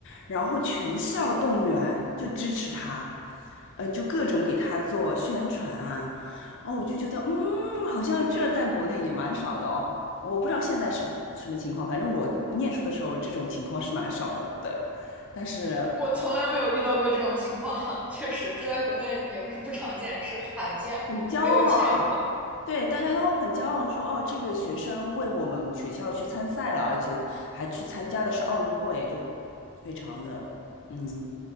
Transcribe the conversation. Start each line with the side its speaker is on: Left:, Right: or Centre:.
Left: 然后全校动员就支持他，嗯、就各种给他做宣传啊，哦，我就觉得嗯，好像这在国内也蛮少的哦，我不知道现在是什么情况，反正我我念书的时候这种情况是蛮少的，对，但是。
Centre: 我从来没有遇到过这种情况，<laughs> 确实，这在国内也不是不常见，是罕见，
Left: 很骄傲啊，
Centre: 没有见过。
Left: 对，大家都很骄傲说，哦，这个学生为我们学校去参赛了，而且还去参加的是奥运会，就非常的嗯，